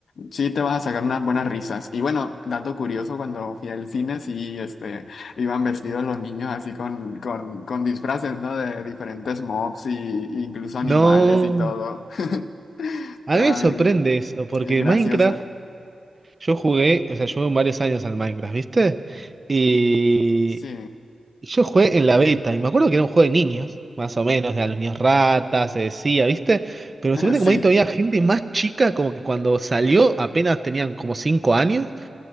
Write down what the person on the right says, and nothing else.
No,
a mí me sorprende
eso, porque
Minecraft, yo jugué, o sea, yo jugué varios años al Minecraft, ¿viste? Y
y yo jugué en la beta, y me acuerdo que era un juego de niños, más o menos, de a los niños ratas, se decía, ¿viste? Pero me
sorprende
como ahí todavía gente más chica, como que cuando salió apenas tenían como 5 años,